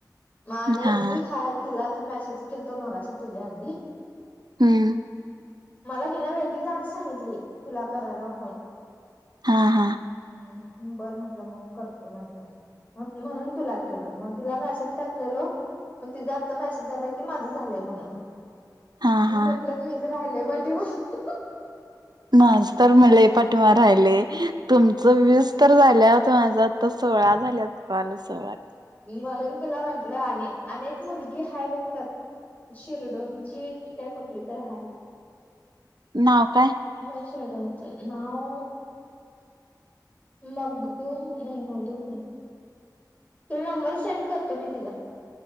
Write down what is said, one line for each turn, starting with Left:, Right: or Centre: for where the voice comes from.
Left: मग आणि
Right: हां.
Left: एकटी हाय तिला एक मेसेज केलतो मगाशी तुझ्या आधी.
Right: हम्म.
Left: मला हिने वेदिकानेच सांगितली. तुला करायला फोन.
Right: हा हा.
Left: नाय मी बरं म्हंटलं मग करतो म्हटलं. म्हणून तुला केल मग तिला म असेच टाकलेलो. मग तिचां आत्ता मेसेज आलाय की, माझं झालंय म्हणून.
Right: हां,
Left: म
Right: हां.
Left: म्हंटलं मीच राहिलय पाठीवर.
Right: माझ तर म लई पाठिमा राहिले तुमच वीस तर झाल्यात माझ. तर सोळा झाल्यात कॉल सोळा
Left: म्हणून तुला म्हंटलं, अने अनेक मुलगी हा बघ त्यात. शिरढोणची का कुठली तर हाय.
Right: नाव काय?
Left: <unintelligible> नाव मगदुम नाही मगदूम नाही. तुल नंबर सेंड करतो मी तिचा.